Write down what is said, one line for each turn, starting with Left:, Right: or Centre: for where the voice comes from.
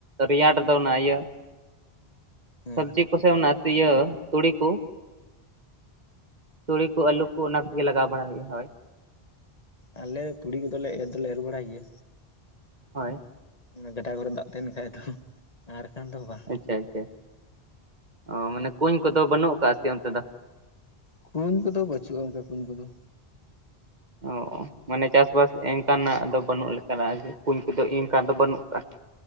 Right: ᱨᱮᱭᱟᱲ ᱨᱮ ᱫᱚ ᱚᱱᱟ ᱤᱭᱟᱹ
Left: ᱦᱮᱸ
Right: ᱥᱚᱵᱽᱡᱤ ᱠᱚ ᱥᱮ ᱚᱱᱟ ᱤᱭᱟᱹ ᱛᱩᱲᱤ ᱠᱚ᱾ ᱛᱩᱲᱤ ᱠᱚ ᱟᱹᱞᱩ ᱠᱚ ᱚᱱᱟ ᱠᱚ ᱜᱮ ᱞᱟᱜᱟᱣ ᱵᱟᱲᱟ ᱦᱩᱭᱩᱜᱼᱟ ᱦᱳᱭ᱾
Left: ᱟᱞᱮ ᱛᱩᱲᱤ ᱠᱚᱫᱚ ᱞᱮ ᱮᱨ ᱫᱚᱞᱮ ᱮᱨ ᱵᱟᱲᱟᱭ ᱜᱮᱭᱟ᱾
Right: ᱦᱳᱭ
Left: ᱚᱱᱟ ᱜᱟᱰᱟ ᱠᱚᱨᱮ ᱫᱟᱜ ᱛᱟᱦᱮᱱ ᱠᱷᱟᱡ ᱫᱚ ᱟᱨ ᱵᱟᱠᱷᱟᱱ ᱫᱚ ᱵᱟᱝ᱾
Right: ᱟᱪᱷᱟ ᱟᱪᱪᱷᱟ᱾ ᱚ ᱢᱟᱱᱮ ᱠᱩᱧ ᱠᱚ ᱫᱚ ᱵᱟᱹᱱᱩᱜ ᱟᱠᱟᱜᱼᱟ ᱥᱮᱪᱮ ᱚᱱᱛᱮ ᱫᱚ?
Left: ᱠᱩᱧ ᱠᱚ ᱫᱚ ᱵᱟᱹᱪᱩᱜᱼᱟ ᱚᱱᱠᱟ ᱠᱩᱧ ᱠᱚ ᱫᱚ᱾
Right: ᱚ ᱢᱟᱱᱮ ᱪᱟᱥᱵᱟᱥ ᱮᱱᱠᱟᱱᱟᱜ ᱫᱚ ᱵᱟᱹᱱᱩᱜ ᱞᱮᱠᱟᱱᱟᱜ ᱜᱮ ᱠᱩᱧ ᱠᱚ ᱫᱚ ᱤᱱᱠᱟ ᱫᱚ ᱵᱟᱹᱱᱩᱜ ᱠᱟᱜᱼᱟ᱾